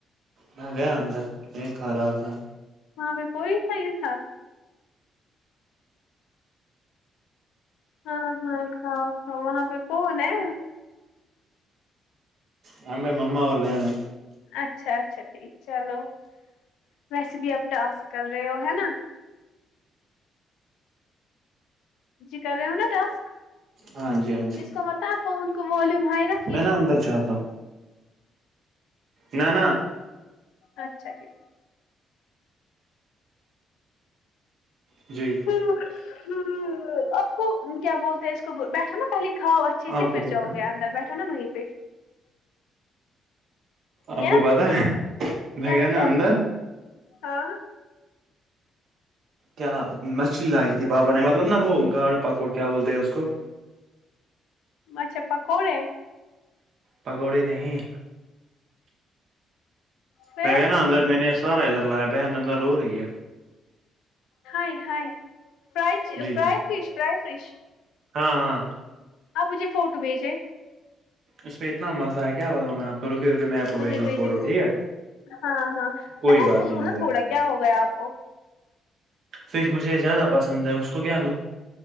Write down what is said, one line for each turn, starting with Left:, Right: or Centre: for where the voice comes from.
Right: میں گیا اندر میں کھا رہا تھا
Left: وہاں پہ کوئی صاہی تھا ہاں ہاں کھاؤ کاؤ وہاں پہ کون ہے
Right: یہا پے مما اور بہن ہے
Left: اچھا اچھا ٹھیک چلو ویسے بھی آپ ٹاسک کر رہے ہو ہے نا جی کر رہے ہو نا ٹاسک
Right: ہاں جی ہاں جی
Left: اس کو مت فون کو والین ہائی رک
Right: میں نا اندر جاتا ہوں نہ نہ
Left: اچھا ٹھیک
Right: جی
Left: ہ آپ کو کیا بول تو اس کو بیٹھو نا پہلے کھاؤ اچھے سے
Right: آپ
Left: پھر
Right: کو پتا
Left: جاؤ
Right: ہے
Left: گے اندر بیٹھو نا وہیں پہ
Right: آپ
Left: کیا
Right: کو پتا ہے میں
Left: کیا
Right: گایا
Left: کیا
Right: نا اندر
Left: ہاں
Right: کیا مچھلی لائیی تھی پاپا نے مطلب نہا وہ گاڑ پکوڑ کیا بولتے ہیں اس کو
Left: اچھا پکوڑے
Right: پکوڑے نہیں
Left: پھر
Right: میں گیا نا اندر میں نے سارا ادھر لایا بہیں اندر رو ہو رہییا
Left: ہائےہائے فرید
Right: جی
Left: فرائی
Right: جی
Left: فش فرائی فش
Right: ہاں ہاں
Left: آپ مجھے فوٹو بھیجیں
Right: اس میں اتنا مزہ ہے کیا بتاؤں میں آپکو رکے رکے می بھیجا
Left: مجھے
Right: ہوں
Left: بھیجے
Right: فوٹو ٹھیک ہے
Left: ہاں ہاں
Right: کوئی
Left: بہن
Right: بات
Left: کووں
Right: نہیں میرے
Left: نا
Right: بھائی
Left: تھوڑا کیا ہو گیا آپ کو
Right: فش مجھے زیادہ پسند ہے اس کو کیا دوں